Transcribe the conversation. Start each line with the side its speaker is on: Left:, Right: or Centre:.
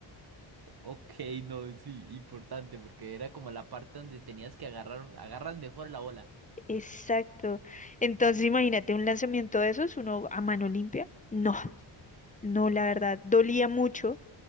Right: Ok, no, sí, importante, porque era como la parte donde tenías que agarrar, agarras mejor la bola.
Left: Exacto. Entonces imagínate un lanzamiento de esos, uno a mano limpia. No, no, la verdad, dolía mucho.